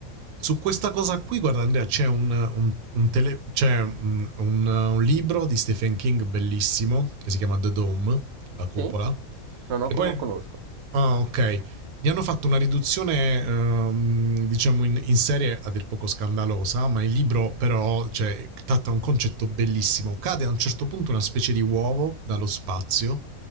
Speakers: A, on the right (about 85°); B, on the right (about 65°).
A: Su questa cosa qui, guarda Andrea, c'è un, un- un tele- c'è, mm, un- un libro di Stephen King bellissimo che si chiama The Dome, la cupola,
B: Sì? Non,
A: che
B: ho-
A: poi...
B: non conosco.
A: Ah, ok. Ne hanno fatto una riduzione, ehm, diciamo, in, in serie a dir poco scandalosa, ma il libro però, cioè, tratta un concetto bellissimo. Cade a un certo punto una specie di uovo dallo spazio.